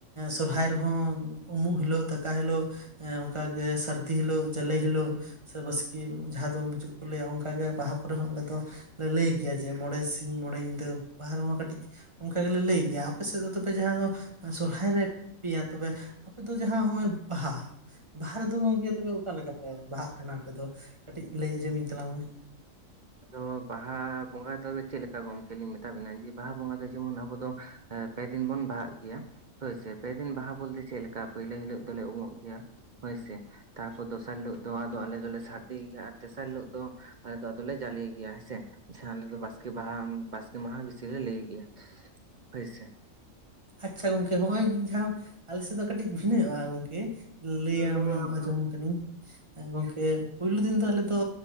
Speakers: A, on the right; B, on the right.
A: ᱥᱚᱨᱦᱟᱭ ᱨᱮᱦᱚᱸ ᱩᱢᱩᱜ ᱦᱤᱞᱳᱜ ᱫᱟᱠᱟ ᱦᱤᱞᱳᱜ ᱦᱮᱸ ᱚᱱᱠᱟᱜᱮ ᱥᱟᱹᱨᱫᱤ ᱦᱤᱞᱳᱜ ᱡᱟᱞᱮ ᱦᱤᱞᱳᱜ ᱥᱮ ᱵᱟᱥᱠᱮ ᱡᱟᱦᱟᱸ ᱫᱚ ᱢᱩᱪᱟᱹᱫ ᱠᱚ ᱞᱟᱹᱭᱟ ᱚᱱᱠᱟᱜᱮ ᱵᱟᱦᱟ ᱠᱚᱨᱮ ᱦᱚᱸ ᱟᱞᱮ ᱫᱚ ᱞᱮ ᱞᱟᱹᱭ ᱠᱮᱭᱟ ᱡᱮ ᱢᱚᱬᱮ ᱥᱤᱧ ᱢᱚᱬᱮ ᱧᱤᱫᱟᱹ ᱵᱟᱦᱟ ᱨᱮᱦᱚᱸ ᱠᱟᱹᱴᱤᱡ ᱚᱱᱠᱟ ᱜᱮᱞᱮ ᱞᱟᱹᱭ ᱜᱮᱭᱟ ᱟᱯᱮ ᱥᱮᱫ ᱫᱚ ᱛᱚᱵᱮ ᱡᱟᱦᱟᱸ ᱫᱚ ᱥᱚᱨᱦᱟᱭ ᱨᱮ ᱯᱮᱭᱟ ᱛᱚᱵᱮ ᱟᱯᱮᱫᱚ ᱡᱟᱦᱟᱸ ᱱᱚᱜ-ᱚᱭ ᱵᱟᱦᱟ ᱾ ᱵᱟᱦᱟ ᱨᱮᱫᱚ ᱜᱚᱢᱠᱮ ᱛᱚᱵᱮ, ᱚᱠᱟ ᱞᱮᱠᱟ ᱯᱮ ᱵᱟᱦᱟᱜ ᱛᱟᱦᱮᱱᱟ ᱟᱯᱮ ᱫᱚ? ᱠᱟᱹᱴᱤᱡ ᱞᱟᱹᱭ ᱟᱸᱡᱚᱢᱤᱧ ᱛᱟᱞᱟᱝ ᱢᱮ
B: ᱟᱫᱚ ᱵᱟᱦᱟ ᱵᱚᱸᱜᱟ ᱫᱚ, ᱟᱫᱚ ᱪᱮᱫ ᱞᱮᱠᱟ ᱜᱚᱢᱠᱮ ᱞᱤᱧ ᱢᱮᱛᱟ ᱵᱤᱱᱟ ᱡᱮ ᱵᱟᱦᱟ ᱵᱚᱸᱜᱟ ᱫᱚ, ᱡᱮᱢᱚᱱ ᱟᱵᱚ ᱫᱚ ᱮᱸ ᱯᱮ ᱫᱤᱱ ᱵᱚᱱ ᱵᱟᱦᱟ ᱜᱮᱭᱟ, ᱦᱳᱭᱥᱮ᱾ ᱯᱮ ᱫᱤᱱ ᱵᱟᱦᱟ ᱵᱚᱞᱛᱮ ᱪᱮᱫ ᱞᱮᱠᱟ ᱯᱳᱭᱞᱳ ᱦᱤᱞᱳᱜ ᱫᱚᱞᱮ ᱩᱢᱚᱜ ᱜᱮᱭᱟ᱾ ᱦᱳᱭᱥᱮ, ᱛᱟᱨᱯᱚᱨ ᱫᱚᱥᱟᱨ ᱦᱤᱞᱳᱜ ᱫᱚ ᱟᱞᱮ ᱫᱚᱞᱮ ᱥᱟᱹᱨᱫᱤ ᱜᱮᱭᱟ ᱟᱨ ᱛᱮᱥᱟᱨ ᱦᱤᱞᱳᱜ ᱫᱚ ᱟᱞᱮ ᱫᱚ ᱟᱞᱮ ᱫᱚᱞᱮ ᱡᱟᱞᱮ ᱜᱮᱭᱟ, ᱦᱮᱸᱥᱮ᱾ ᱡᱟᱸᱦᱟ ᱟᱞᱮ ᱫᱚ ᱵᱟᱥᱠᱮ ᱵᱟᱦᱟ ᱵᱟᱥᱠᱮ ᱢᱟᱦᱟ ᱵᱮᱥᱤ ᱞᱮ ᱞᱟᱹᱭ ᱜᱮᱭᱟ᱾ ᱦᱳᱭ ᱥᱮ᱾
A: ᱟᱪᱪᱷᱟ, ᱜᱚᱝᱠᱮ᱾ ᱦᱚᱸᱜᱼᱚᱭ ᱡᱟᱦᱟᱸ ᱟᱞᱮᱥᱮᱫ ᱫᱚ ᱠᱟᱹᱴᱤᱡ ᱵᱷᱤᱱᱟᱹᱚᱜᱼᱟ ᱜᱚᱢᱠᱮ᱾ ᱞᱟᱹᱭ ᱟᱢ
B: ᱞᱟᱹᱭᱟᱢ
A: ᱟᱸᱡᱚᱢ ᱟᱢ ᱠᱟᱹᱱᱟᱹᱧ, ᱮᱸ ᱜᱚᱢᱠᱮ ᱯᱳᱭᱞᱳ ᱫᱤᱱ ᱫᱚ ᱟᱞᱮ ᱫᱚ